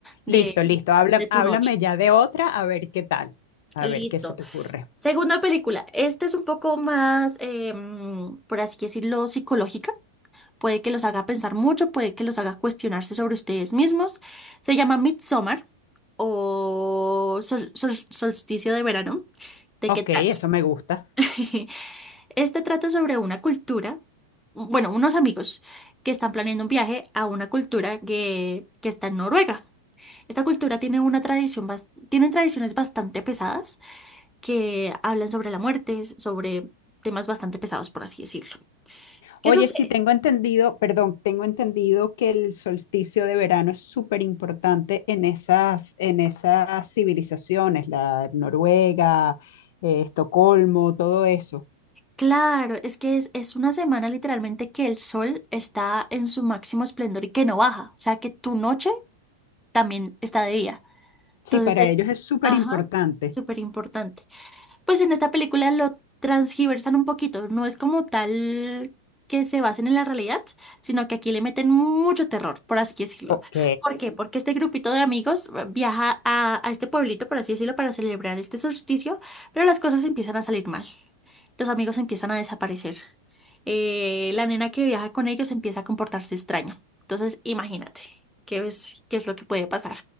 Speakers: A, in the centre; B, on the left.
A: de,
B: Listo, listo. Habla,
A: de tu
B: háblame
A: noche.
B: ya de otra, a ver qué tal, a
A: Listo.
B: ver qué se te ocurre.
A: Segunda película. Esta es un poco más, em, por así decirlo, psicológica. Puede que los haga pensar mucho, puede que los haga cuestionarse sobre ustedes mismos. Se llama Midsommar o Sol- Sol- Solsticio de Verano. ¿De
B: Ok,
A: qué trata?
B: eso me gusta.
A: <laughs> Este trata sobre una cultura, bueno, unos amigos que están planeando un viaje a una cultura que, que está en Noruega. Esta cultura tiene una tradición, bas- tienen tradiciones bastante pesadas que hablan sobre la muerte, sobre temas bastante pesados, por así decirlo. ¿Qué
B: Oye,
A: sucede?
B: sí, tengo entendido, perdón, tengo entendido que el solsticio de verano es súper importante en esas, en esas civilizaciones, la Noruega, eh, Estocolmo, todo eso.
A: Claro, es que es, es una semana literalmente que el sol está en su máximo esplendor y que no baja, o sea que tu noche también está de día.
B: Sí,
A: Entonces
B: para
A: es,
B: ellos es súper
A: ajá,
B: importante.
A: súper importante. Pues en esta película lo transgiversan un poquito, no es como tal que se basen en la realidad, sino que aquí le meten mucho terror, por así decirlo.
B: Ok,
A: ¿Por qué? Porque este grupito de amigos eh, viaja a, a este pueblito, por así decirlo, para celebrar este solsticio, pero las cosas empiezan a salir mal. Los amigos empiezan a desaparecer. Eh, la nena que viaja con ellos empieza a comportarse extraño. Entonces, imagínate qué es, qué es lo que puede pasar.